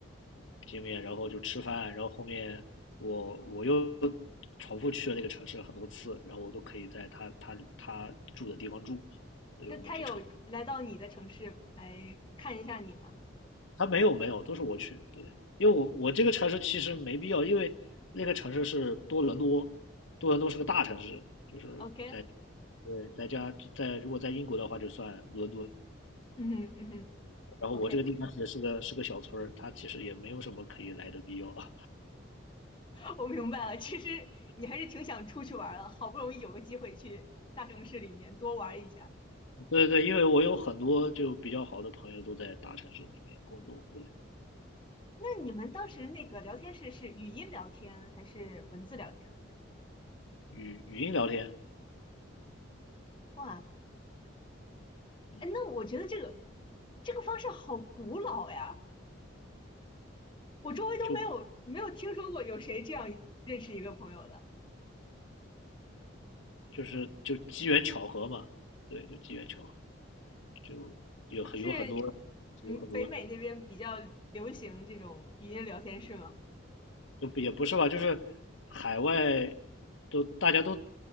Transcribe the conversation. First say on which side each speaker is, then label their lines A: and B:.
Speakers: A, on the left; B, on the left.
A: 见面然后就吃饭，然后后面我我又重复去了那个城市很多次，然后我都可以在他他他住的地方住，对，
B: 那他有来到你的城市来看一下你吗
A: 我们就成。他没有没有，都是我去。对，因为我我这个城市其实没必要，因为那个城市是多伦多，多伦多是个大城市，就是在
B: ？OK，
A: 对在家在如果在英国的话就算伦敦。
B: 嗯哼嗯哼。
A: 然后我这个地方其实是个是个小村儿，
B: OK，
A: 它其实也没有什么可以来的必要啊。
B: <laughs> 我明白了，其实你还是挺想出去玩儿的，好不容易有个机会去大城市里面多玩一下。
A: <laughs> 对对，因为我有很多就比较好的朋友都在大城市里面工作，对，
B: 那你们当时那个聊天室是语音聊天还是文字聊天啊？
A: 语语音聊天，
B: 哇，
A: 嗯，
B: 哎，那我觉得这个这个方式好古老呀，我周围都没有没有听说过有谁这样认识一个朋友的。
A: 就就是就机缘巧合嘛，对，就机缘巧合，就有很有很多
B: 是，嗯，
A: 有很多
B: 北美那边比较流行这种语音聊天室吗？
A: 就也不是吧，就是海外都大家都